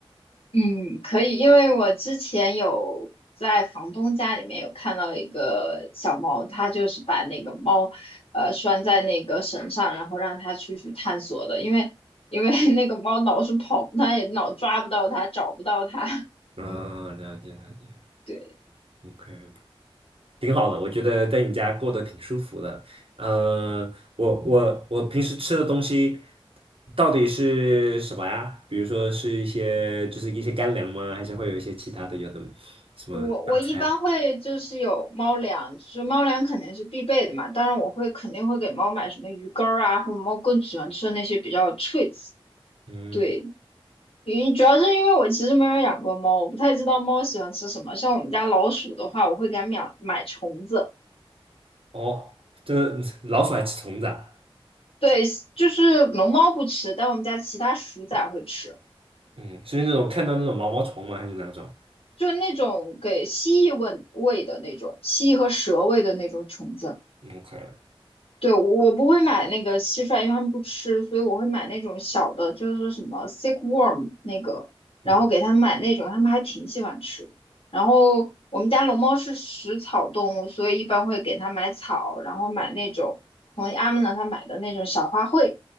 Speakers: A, on the left; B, on the right.
A: 嗯，可以，因为我之前有在房东家里面有看到一个小猫，它就是把那个猫，呃，拴在那个绳上，然后让它出去探索的，因为因为 <laughs> 那个猫老是跑，它也老抓不到它，找不到它。
B: 嗯，了解了解
A: 对，
B: ，OK。挺好的，我觉得在你家过得挺舒服的。嗯，我我我平时吃的东西到底是什么呀？比如说是一些就是一些干粮吗？还是会有一些其他的有的什么大餐？
A: 我我一般会就是有猫粮，就是猫粮肯定是必备的嘛，当然我会肯定会给猫买什么鱼干儿啊，或者猫更喜欢吃的那些比较 treats。
B: 嗯，
A: 对，因主要是因为我其实没有养过猫，我不太知道猫喜欢吃什么。像我们家老鼠的话，我会给它买买虫子。
B: 哦，这老鼠爱吃虫子啊
A: 对，就是龙猫不吃，但我们家其他鼠仔会吃，
B: 嗯，是那种看到那种毛毛虫吗？还是哪种
A: 就是那种给蜥蜴喂喂的那种，蜥蜴和蛇喂的那种虫子。
B: ？OK，
A: 对，我不会买那个蟋蟀，因为他们不吃，所以我会买那种小的，就是什么 s i c k w o r m 那个，
B: 嗯
A: 然后给他们买那种，他们还挺喜欢吃的。然后我们家龙猫是食草动物，所以一般会给它买草，然后买那种从阿姆那他买的那种小花卉，